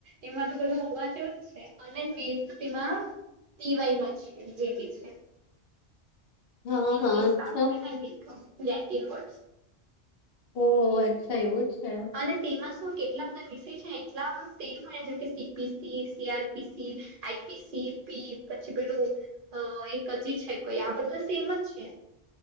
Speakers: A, on the right (about 55°); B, on the left (about 65°).
A: એમાં તો બધું ઉઘ વા જેવું છે અને મેન તો એમા - ટીવાય મા છે જેવી છે
B: હા
A: ઇંગ્લિશ
B: હા અચ્છા
A: <unintelligible> <unintelligible>
B: ઓ અચ્છા એવું છે
A: અને તેમાં શું કેટલા બધા વિષય છે એટલા સેમ હોય જેમ કે સીપી સીઆરપીસી આઈપીસી પી પછી પેલું હ એક અજી છે કોઈ આ બધા સેમ જ છે.